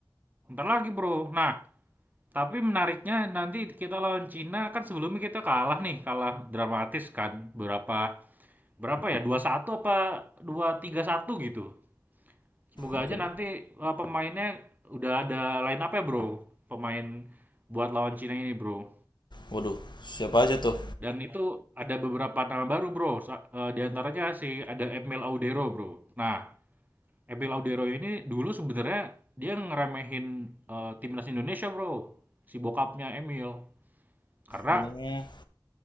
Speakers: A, on the right; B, on the left.
A: Ntar lagi bro. Nah, tapi menariknya nanti kita lawan Cina kan sebelumnya kita kalah nih, kalah dramatis kan. Berapa, berapa ya, dua satu apa dua tiga satu gitu. Semoga
B: Oke.
A: aja nanti eh, pemainnya udah ada line up ya bro, pemain buat lawan Cina ini bro.
B: Waduh, siapa aja tuh?
A: Dan itu ada beberapa nama baru bro, Sa- eh, di antaranya si ada Emil Audero bro. Nah, Emil Audero ini dulu sebenarnya dia ngeremehin eh, timnas Indonesia bro, si bokapnya Emil. Karena
B: Oh,